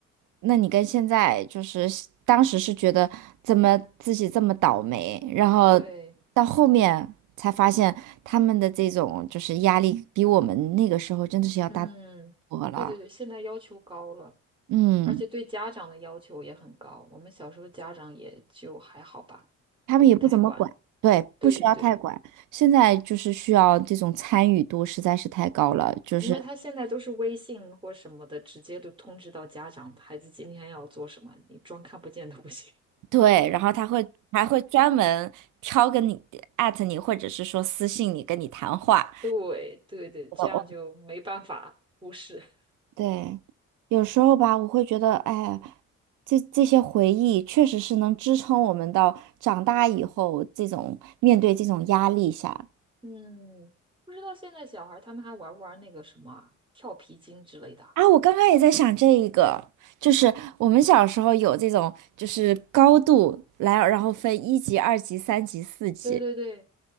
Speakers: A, on the right (about 85°); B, on the right (about 15°).
A: 那你跟现在就是当时是觉得怎么自己这么倒霉，然后
B: 对，
A: 到后面才发现他们的这种就是压力比我们那个时候真的是要大
B: 嗯，
A: 多了。
B: 对对对，现在要求高了，
A: 嗯，
B: 而且对家长的要求也很高。我们小时候家长也就还好吧，
A: 他们也不怎么管，
B: 不用太管。
A: 对，
B: 对对对，
A: 不需要太管。现在就是需要这种参与度实在是太高了，就是
B: 因为他现在都是微信或什么的，直接都通知到家长，孩子今天要做什么，你装看不见都不行。<laughs>
A: 对，然后他会还会专门挑跟你艾特你，或者是说私信你跟你谈话。
B: 对对对，
A: 我，
B: 这样就没办法忽视。<laughs>
A: 对，有时候吧，我会觉得，哎，这这些回忆确实是能支撑我们到长大以后这种面对这种压力下。
B: 嗯，不知道现在小孩儿他们还玩不玩那个什么啊跳皮筋之类的啊
A: 啊，我刚刚也在想这一个，就是我们小时候有这种，就是高度来，然后分一级、二级、三级、四级，
B: 对对对，